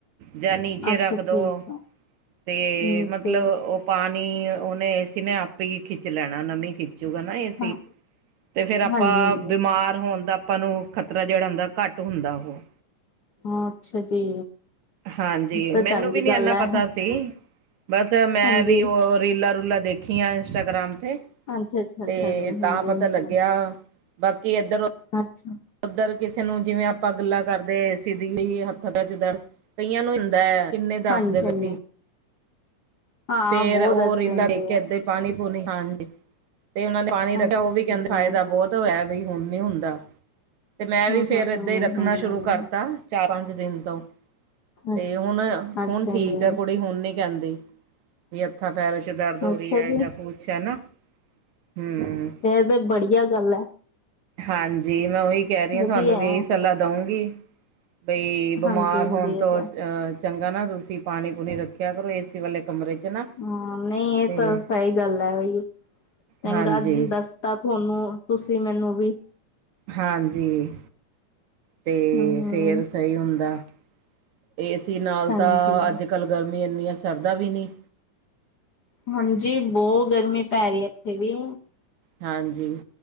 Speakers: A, on the right; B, on the left.
A: ਜਾਂ ਨੀਚੇ
B: ਅੱਛਾ
A: ਰੱਖ
B: ਅੱਛਾ
A: ਦੋ,
B: ਅੱਛਾ
A: ਤੇ
B: ਹਮ
A: ਮਤਲਬ
B: ਤੇ
A: ਓ ਪਾਣੀ ਉਨੇ ਏਸੀ ਨੇ ਆਪੇ ਈ ਖਿੱਚ ਲੈਣਾ ਨਮੀ ਖਿੱ ਚੂਗਾ ਨਾ ਏਸੀ
B: ਹਾਂ
A: ਤੇ ਫੇਰ ਆਪਾਂ
B: ਹਾਂਜੀ ਹਾਂਜੀ
A: ਬਿਮਾਰ ਹੋਣ ਦਾ ਆਪਾਂ ਨੂੰ ਖ਼ਤਰਾ ਜੇੜਾ ਹੁੰਦਾ ਘੱਟ ਹੁੰਦਾ ਓਹ।
B: ਹਾਂ ਅੱਛਾ ਜੀ।
A: ਹਾਂਜੀ
B: ਤਾਂ
A: ਮੈਨੂੰ
B: ਚੰਗੀ
A: ਵੀ ਨੀ
B: ਗੱਲ
A: ਐਨਾ
B: ਹੈ
A: ਪਤਾ ਸੀ, ਬਸ ਮੈਂ
B: ਹਾਂਜੀ
A: ਵੀ ਓ ਰੀਲਾਂ-ਰੂਲਾਂ ਦੇਖੀਆਂ ਇੰਸਟਾਗ੍ਰਾਮ ਤੇ,
B: ਅੱਛਾ ਅੱਛਾ
A: ਤੇ
B: ਅੱਛਾ ਜੀ ਹਾਂਜੀ
A: ਤਾਂ ਪਤਾ
B: ਹਾਂਜੀ
A: ਲੱਗਿਆ ਬਾਕੀ ਏਦਰੋ
B: ਅੱਛਾ।
A: ਉੱਧਰ ਕਿਸੇ ਨੂੰ ਜਿਵੇਂ ਆਪਾਂ ਗੱਲਾਂ ਕਰਦੇ ਏਸੀ ਦੀ ਹੱਥ -ਪੈਰਾਂ ਚ ਦਰਦ ਕਈਆਂ ਨੂੰ ਹੁੰਦੈ। ਕਿੰਨੇ ਦੱਸਦੇ
B: ਹਾਂਜੀ ਹਾਂਜੀ
A: ਵੇਸੀ।
B: ਹਾਂ
A: ਫੇਰ
B: ਬਹੁਤ
A: ਓ
B: ਦੱਸ
A: ਰੀਲਾ
B: ਦਿੰਦੇ
A: ਵੇਖ ਕੇ
B: ਆ
A: ਅੱਧੇ ਪਾਣੀ- ਪੂਣੀ ਹਾਂਜੀ, ਤੇ ਓਨਾਂ ਨੇ ਪਾਣੀ ਰੱਖਿਆ
B: ਅੱਛਾ
A: ਓ
B: ਅੱਛਾ
A: ਵੀ ਕੈਂਦੇ
B: ਜੀ
A: ਫਾਈਦਾ ਬੋ ਤ ਐ ਵੀ ਹੁਣ ਨੀ ਹੁੰਦਾ, ਤੇ ਮੈਂ
B: ਹਾਂ
A: ਵੀ
B: ਹਾਂ
A: ਫੇਰ ਏਦਾਂ
B: ਹਾਂ
A: ਈ ਰੱਖਣਾ
B: ਹਾਂ
A: ਸ਼ੁਰੂ ਕਰਤਾ। ਚਾਰ ਪੰਜ ਦਿਨ ਤੋਂ, ਤੇ
B: ਅੱਛਾ
A: ਹੁਣ-ਹੁਣ
B: ਅੱਛਾ
A: ਠੀਕ
B: ਜੀ
A: ਆ ਕੁੜੀ ਹੁਣ ਨੀ ਕੈਂਦੀ। ਵੀ ਹੱਥਾਂ-ਪੈਰ ਚ ਦਰਦ ਹੋਰੀ
B: ਅੱਛਾ
A: ਐ
B: ਜੀ
A: ਜਾਂ ਕੁਛ ਹੈ ਨਾ। ਹੂੰ
B: ਏ ਤੇ ਬੜੀਆ ਗੱਲ ਐ।
A: ਹਾਂਜੀ ਮੈਂ ਓਹੀ ਕੈ ਰੀ ਆ
B: ਵਧੀਆ
A: ਤੁਹਾਨੂੰ ਵੀ
B: ਹੈ।
A: ਏ ਈ ਸਲਾਹ ਦਾਉਂਗੀ। ਬਈ ਬਿਮਾਰ
B: ਹਾਂਜੀ ਹਾਂਜੀ
A: ਹੋਣ
B: ਇਹ
A: ਤੋਂ
B: ਤਾਂ
A: ਅ ਚੰਗਾ ਨਾ ਤੁਸੀਂ ਪਾਣੀ- ਪੂਣੀ ਰੱਖਿਆ ਕਰੋ ਏਸੀ ਵਾਲੇ ਕਮਰੇ ਚ ਨਾ।
B: ਹਾਂ ਨਈ ਏ
A: ਤੇ
B: ਤਾਂ ਸਈ ਗੱਲ ਐ ਬਈ, ਚੰਗਾ
A: ਹਾਂਜੀ
B: ਤੂੰ ਦੱਸ ਤਾਂ ਤੁਹਾਨੂੰ, ਤੁਸੀਂ ਮੈਨੂੰ ਵੀ
A: ਹਾਂਜੀ, ਤੇ
B: ਹਮ
A: ਫੇਰ ਸਹੀ ਹੁੰਦਾ। ਏਸੀ ਨਾਲ
B: ਹਾਂਜੀ
A: ਤਾਂ, ਅੱਜ-ਕੱਲ ਗਰਮੀ ਇੰਨੀ ਆ ਸਰਦਾ ਵੀ ਨੀ।
B: ਹਾਂਜੀ ਬੋ ਗਰਮੀ ਪੈਰੀ ਇੱਥੇ ਵੀ।
A: ਹਾਂਜੀ,